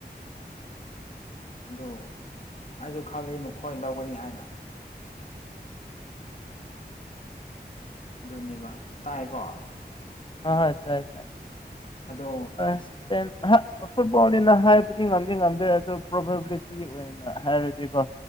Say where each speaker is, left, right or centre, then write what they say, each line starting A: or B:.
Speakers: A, on the left; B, on the left.
A: <inaudible> ꯑꯗꯨ ꯑꯩꯁꯨ ꯈꯜꯂꯤ ꯃꯈꯣꯏ ꯂꯧꯒꯅꯤ ꯍꯥꯏꯅ ꯑꯗꯨꯅꯦꯕ ꯇꯥꯏꯀꯣ
B: ꯑꯥ ꯍꯣꯏ ꯇꯥꯏ ꯇꯥꯏ
A: ꯑꯗꯣ
B: ꯑꯁ ꯗꯦꯟ ꯐꯨꯠꯕꯣꯜꯅꯤꯅ ꯍꯥꯏꯕꯗꯤ ꯉꯝꯗꯤ ꯉꯝꯗꯦ ꯑꯗꯨ ꯄ꯭ꯔꯣꯕꯦꯕꯤꯂꯤꯇꯤ ꯑꯣꯏ ꯑꯩꯅ ꯍꯥꯏꯔꯗꯤꯀꯣ